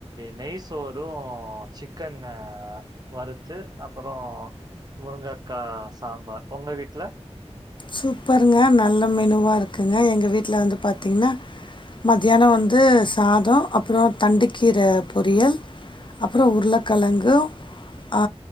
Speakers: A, on the right; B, on the left.
A: நெய் சோறு சிக்கன் அ வறுத்து அப்பறோ முருங்கக்கா சாம்பார் உங்க வீட்ல
B: சூப்பர்ங்க நல்ல மெனுவா இருக்குங்க எங்க வீட்ல வந்து பாத்திங்னா மத்யான வந்து சாதோ அப்றோ தண்டுக்கீர பொரியல் அப்பற உருளக்கெழங்கு ஆ